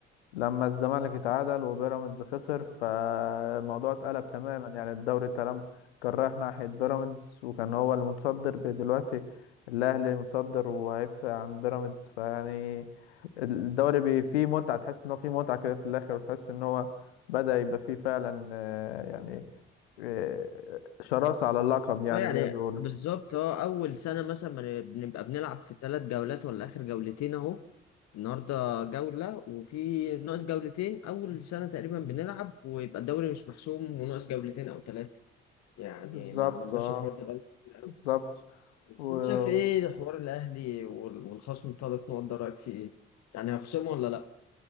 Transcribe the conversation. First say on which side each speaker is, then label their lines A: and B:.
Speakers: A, on the left; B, on the left.
A: لما الزمالك اتعادل وبيراميدز خسر فالموضوع اتقلب تماما يعني الدوري تمام كان رايح ناحية بيراميدز وكان هو المتصدر ب- دلوقتي الأهلي متصدر وهيفرق عن بيراميدز فيعني الدوري بي- فيه متعة تحس إن هو فيه متعة كده في الآخر وتحس إن هو بدأ يبقى فيه فعلا آه، يعني آه، شراسة على اللقب يعني
B: اه يعني
A: زي ما بيقولوا
B: بالظبط اه اول سنه مثلا ما بنبقى بنلعب في ثلاث جولات ولا اخر جولتين اهو النهارده جوله وفي ناقص جولتين اول سنه تقريبا بنلعب ويبقى الدوري مش محسوم وناقص جولتين او ثلاثه يعني
A: بالظبط
B: ما عملناش
A: اه
B: الحوار ده بقالنا كتير قوي
A: بالظبط
B: بس
A: وبص
B: انت شايف ايه حوار الاهلي وال- والخصم الثلاث نقط ده رايك فيه ايه؟ يعني هيخصموا ولا لا؟